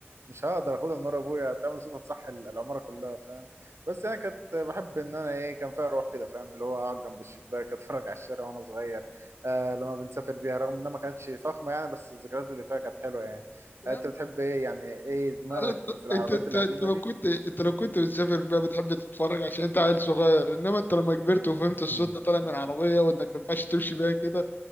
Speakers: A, on the right; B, on the left.
A: مش هقدر اخدها من ورا ابويا هتعمل صوت هتصح ال- العماره كلها فاهم بس انا كنت بحب ان انا ايه كان فيها روح كده فاهم اللي هو اقعد جنب الشباك اتفرج على الشارع وانا صغير آه لما بنسافر بيها رغم انها ما كانتش فخمه يعني بس الذكريات اللي فيها كانت حلوه يعني
B: يا
A: آه، انت
B: عم
A: بتحب ايه يعني ايه دماغك
B: تعالى انت
A: في العربيات
B: انت انت
A: القديمه
B: انت لو
A: دي
B: كنت انت لو كنت بتسافر بقى بتحب تتفرج عشان انت عيل صغير انما انت لما كبرت وفهمت
A: <laughs>
B: الصوت ده طالع من عربية وانك ما ينفعش تمشي بيها كده